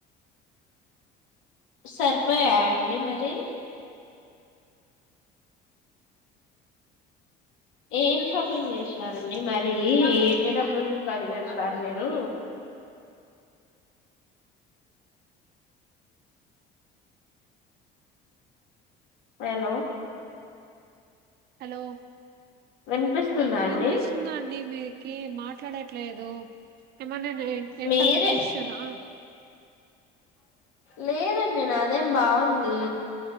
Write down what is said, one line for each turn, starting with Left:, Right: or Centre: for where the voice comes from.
Left: సరిపోయాయా అండి మరి ఏమి షాపింగ్ చేసినారండి మరి ఎన్ని డబ్బులు కడి చేస్తారు మీరు హలో
Right: హలో
Left: వినిపిస్తుందా అండి
Right: వినిపిస్తుందా అండి మీరకి మాట్లాడట్లేదు ఏమన్ననెను్ ఇంటర్నెట్
Left: మీరే
Right: ఇష్యూనా
Left: లేదండి నాదేం బాగుంది